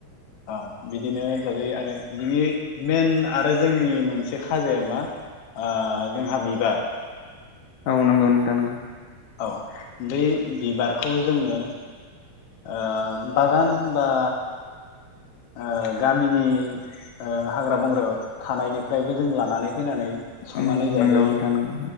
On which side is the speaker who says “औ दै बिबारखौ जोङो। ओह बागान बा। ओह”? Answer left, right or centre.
Left